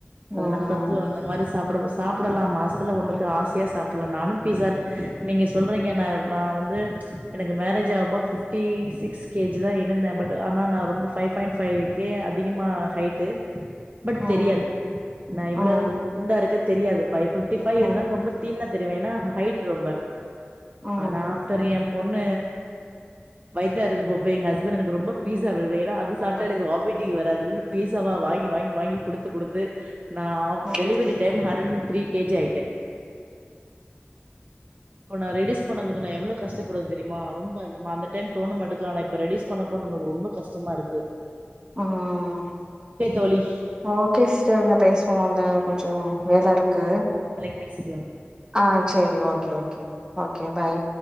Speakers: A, on the right; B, on the right.
A: ம்
B: அதல்லா தப்பு அந்த மாரி சாப்படபஸ் சாப்புடலா மாஸ் துல உண்ணுக்கு
A: ம்
B: ஆசியா சாப்புல்லெ நானு பீசன் நீங்க சொல்றீங்க நா நா வந்து எனக்கு மேரேஜ் அ ப்போ ஃபிப்டீ சிக்ஸ் கேஜி தா இருந்தே பட் அனா நான் ரொம்போ ஃபைவ் ஃபாயிண் ஃபைவ்கே அதிகமா ஹைட்டு பட்
A: ம்
B: தெரியாது நா இவ்ளோ
A: ம்
B: குண்டாருக்கத் தெரியாது ஃபை ஃபைிப்டி ஃபை இருந்தாலு
A: ம்
B: ரொம்போ தீன்னத் தெரிவேனா ஹைட் ரொம்ப
A: ம்
B: அனா ஆப்டெரியம் பொண்ண வயிட்டாருக்கு பொம் பே எ ஹஸ்பண்னக்கு ரொம்போ பீஸ்ஸா வர்வே தா அது சாப்ட்டா
A: ம்
B: எனக்கு வாமிட் ட்டி வராதுன் பீஸ்ஸாவா வாங்கி வாங்கி வாங்கி குடுத்து குடுத்து நா அவ்
A: ம்
B: delivery time hundred three KG ஆயிட்டே இப்போ நா ரெடிஸ் பண்ணதுக்கு நா எவ்ளோ கஷ்டப்படும் தெரிமா ரொம்ப இப்ப நம்ம அந்த டைம் தோண மட்டுக்கு ஆனா இப்ப ரெடீஸ் பண்ண போன நமுக் ரொம்போ கஷ்டமாருக்கு
A: ஆம்
B: தோழி
A: ஓகே சிஸ்டர் நா பேஸ்வோ அந்த கொஞ்சோ வேலெருக்கு
B: பேசி
A: ஆ செரி ஓகே ஓகே ஓகே பாய்